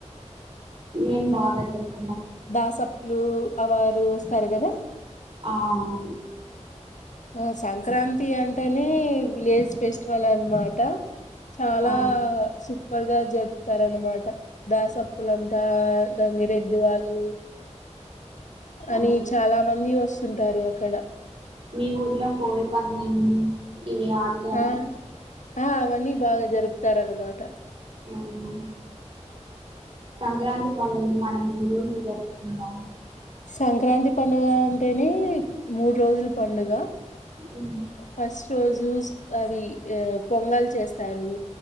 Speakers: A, on the right; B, on the left.
A: నేన్ బాగా జర్ప్
B: దాసప్పులు అవారు వస్తారు కదా
A: ఆ అవును
B: ఆ సంక్రాంతి అంటేని విలేజ్ ఫెస్టివల్ అనమాట చాలా
A: ఆ
B: సు పల్గా జపుతారనమాట దాసప్పులంతా గంగిరెద్ది వాళ్ళు అని
A: ఆ
B: చాలా మంది వస్తుంటారు అక్కడ
A: మీ ఊర్లో కోడి పందెం ఈ ఆడుతా
B: ఆ
A: రా
B: ఆ అవన్నీ బాగా జరుపుతారనమాట
A: మ్మ్ సంక్రాంతి పండగని మనం ఎన్ని రోజులు జరుపుకుంటాం
B: సంక్రాంతి పండుగ అంటేనే మూడు రోజుల పండుగ
A: అ
B: ఫస్ట్ రోజు స్ అది పొంగల్ చేస్తారు